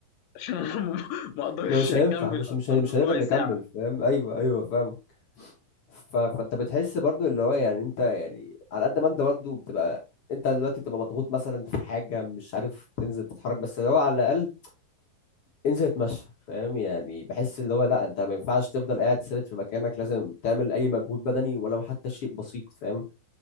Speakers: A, on the left (about 75°); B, on the left (about 50°).
A: عشان أنا <laughs> ما ما أقدرش
B: ما مش
A: أكمل
B: هينفع مش
A: أكتر
B: مش هن- مش
A: من ربع
B: هنقدر نكمل
A: ساعة
B: فاهم ايوه ايوه فاهم ف... فانت بتحس برضو اللي هو يعني انت يعني على قد ما انت برضو بتبقى انت دلوقتي بتبقى مضغوط مثلا في حاجه مش عارف تنزل تتحرك بس اللي هو على الاقل انزل اتمشى فاهم يعني بحس اللي هو لا انت ما ينفعش تفضل قاعد ثابت في مكانك لازم تعمل اي مجهود بدني ولو حتى شيء بسيط فاهم